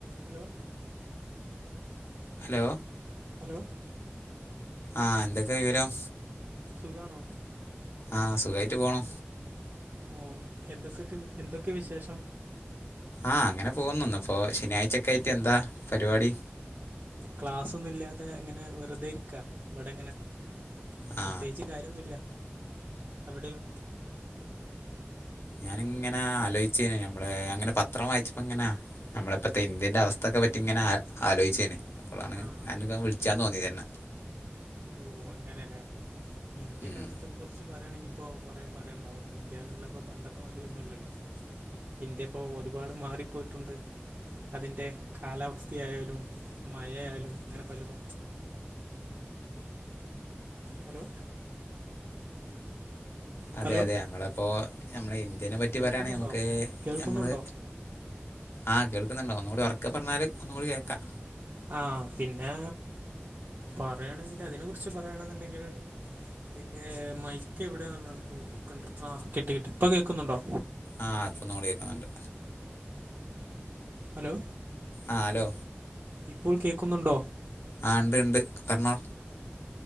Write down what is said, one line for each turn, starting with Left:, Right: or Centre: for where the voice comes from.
Right: Hello
Left: hello
Right: hello
Left: ആഹ് എന്തൊക്കെ വിവരം
Right: സുഖാണോ
Left: ആഹ് സുഖായിട്ട് പോണു.
Right: ഓ എന്തൊഫ്ക്ക് എന്തൊക്കെ വിശേഷം
Left: ആഹ് അങ്ങനെ പോകുന്നു. ഇന്ന്പ്പൊ ശനിയാഴ്ചെക്കേയിട്ട് എന്താ പരിപാടി
Right: ക്ലാസ്സൊന്നും ഇല്ലാതെ ഇങ്ങനെ വെറുതെ ഇരിക്കാ ഇവടെങ്ങനെ.
Left: ആ
Right: പ്രത്യേകിച്ച് കാര്യോന്നുല്ല അവടെയോ
Left: ഞാന്ങ്ങനെ ആലോയ്ച്ചെനു ഞമ്മളെ അങ്ങനെ പത്രം വായ്ച്ചപ്പങ്ങനെ- ഞമ്മളെ ഇപ്പത്തെ ഇന്ത്യന്റെ അവസ്ഥേകെ പറ്റി ഇങ്ങനെ ആ ആലോയ്ച്ചേനി അപ്പളാണ്
Right: ആ
Left: അന്നൊക്കെ വിളിച്ചാംതോന്നിയന്നെ
Right: ഓ അങ്ങനെലെ ഇന്ത്യന്റെഅവസ്ഥ-
Left: ഉം.
Right: ഇന്ത്യനെ കുറിച്ച് പറയാണെങ്കി ഇപ്പൊ കൊറേ പറയണ്ടാവും ഇന്ത്യന്ന്ള്ളഹ് ഇപ്പോ പണ്ടത്തെ മാതിര്യോന്നും അല്ലല്ലോ ഇന്ത്യപ്പൊ ഒരുപാട് മാറിപ്പോയിട്ടുണ്ട് അതിന്റെ കാലാവസ്ഥയായാ ലും മഴയായാ ലും അങ്ങനെ പലതും ഹലോ
Left: അതെ
Right: ഹലോ
Left: അതെ ഞമ്മളപ്പോ നമ്മളെ ഇന്ത്യനെ പറ്റി
Right: കേൾക്കുന്നുണ്ടോ
Left: പറയാണെങ്കൽ നമുക്ക്
Right: കേൾക്കുന്നുണ്ടോ
Left: നഞമ്മള്. ആഹ് കേൾക്കുന്നുണ്ട്ഒന്നുകൂടി ഉറക്കെ പറഞ്ഞല് ഒന്നുകൂടി കേൾക്കാം.
Right: ആഹ് പിന്നെ പറയയാണെങ്കിൽ അതിനെ കുറിച്ച് പറയണെന്നുണ്ടെങ്കിൽ ഇതിന്റെ മൈക്ക് എവിടെന്ന്ള്ള പ്പം നോക്കട്ടെ ആ കിട്ടി കി ട്ടി ഇപ്പൊ കേൾക്കുന്നുണ്ടോ
Left: ആഹ് ഇപ്പോ ഒന്നും കൂടികേക്കുന്നുണ്ട്
Right: ഹലോ
Left: ആഹ് ഹലോ.
Right: ഇപ്പോൾ കേൾക്കുന്നുണ്ടോ
Left: ആഹ് ണ്ട് ണ്ട് പർഞ്ഞോ